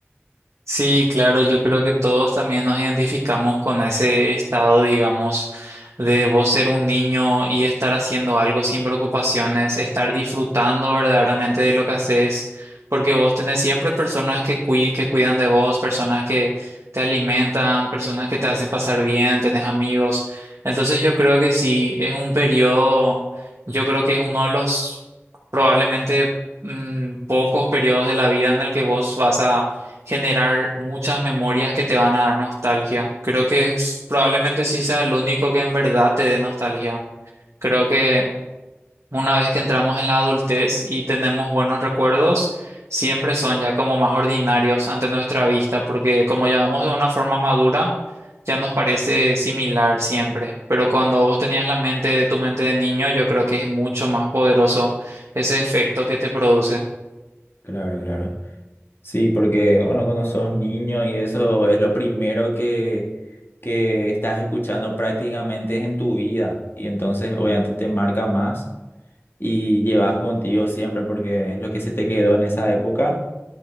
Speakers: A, on the right (about 80°); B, on the left (about 55°).
A: Sí, claro, yo creo que todos también nos identificamos con ese estado, digamos, de vos ser un niño y estar haciendo algo sin preocupaciones, estar disfrutando verdaderamente de lo que haces, porque vos tenés siempre personas que cui- que cuidan de vos, personas que te alimentan, personas que te hacen pasar bien, tenés amigos. Entonces yo creo que sí, es un periodo, yo creo que es uno de los probablemente mm, pocos periodos de la vida en el que vos vas a generar muchas memorias que te van a dar nostalgia. Creo que es- probablemente sí sea el único que en verdad te dé nostalgia. Creo que una vez que entramos en la adultez y tenemos buenos recuerdos, siempre son ya como más ordinarios ante nuestra vista, porque como ya vamos de una forma madura, ya nos parece similar siempre. Pero cuando vos tenías la mente, tu mente de niño, yo creo que es mucho más poderoso ese efecto que te produce.
B: Claro, claro. Sí, porque bueno, cuando sos niño y eso es lo primero que, que estás escuchando prácticamente en tu vida y entonces obviamente te marca más y llevas contigo siempre porque es lo que se te quedó en esa época